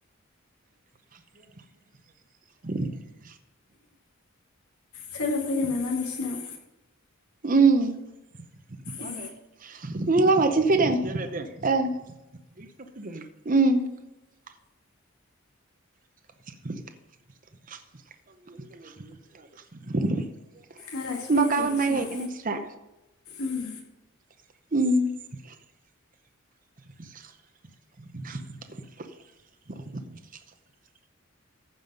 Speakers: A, on the right (about 40°); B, on the left (about 85°).
A: <inaudible>
B: सोरबा फैदों नामा नोंसिनाव?
A: उम उम
B: ए
A: लामाथिम फैदों ओं। उम <inaudible> <inaudible>
B: आलासि
A: होमबा
B: फैयाखै
A: गाबोन
B: नोंसिनाव
A: माइ गायगोन नोंस्रा
B: उम?
A: उम <inaudible>